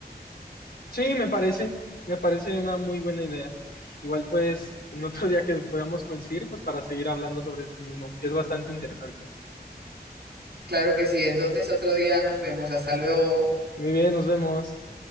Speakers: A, on the left; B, on the right.
A: Sí, me parece, me parece una muy buena idea. Igual pues en otro día que podamos coincidir, pues para seguir hablando sobre esto mismo, que es bastante interesante.
B: Claro que sí, entonces otro día nos vemos. Hasta luego.
A: Muy bien, nos vemos.